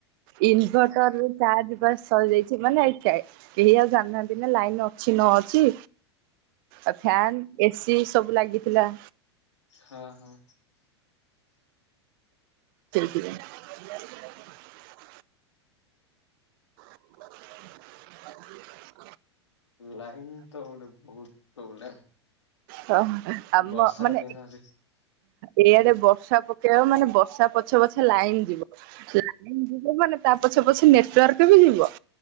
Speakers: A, on the right; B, on the left.
A: ଇନଭଟର୍ ଚାର୍ଜ ବା ସରିଯାଇଛି ମାନେ ଏଇ କା କେହି ଆଉ ଜାଣିନାହାନ୍ତି ନା ଲାଇନ ଅଛି ନ ଅଛି। ଆଉ ଫ୍ୟନ୍ ଏ ସି ସବୁ ଲାଗିଥିଲା।
B: ହଁ ହଁ।
A: ଇଆ <inaudible>
B: ଲାଇନ୍ ତ ହଉନି ବହୁତ ପ୍ରୋବ୍ଲେମ୍।
A: ହ ଆମ
B: ବର୍ଷା
A: ମାନେ
B: ଦିନରେ
A: ଏଇଆଡ଼େ ବର୍ଷା ପକେଇବ ମାନେ ବର୍ଷା ପଛେ ପଛେ ଲାଇନ୍ ଯିବ। ଲାଇନ୍ ଯିବ ମାନେ ତା ପଛେ ପଛେ ନେଟୱାର୍କ ବି ଯିବ